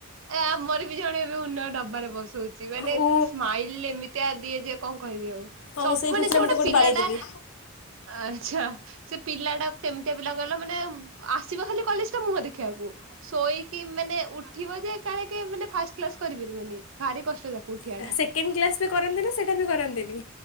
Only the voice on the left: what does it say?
ଓ
ହଉ
ସେଇ ଖୁସିରେ
ମୁଁ
ତ
ବାଡ଼େଇ ଦେଲି।
ହା
ସେକେଣ୍ଡ କ୍ଲାସ୍ ବି କରନ୍ତି ନା ସେଇଟା ବି କରନ୍ତିନି?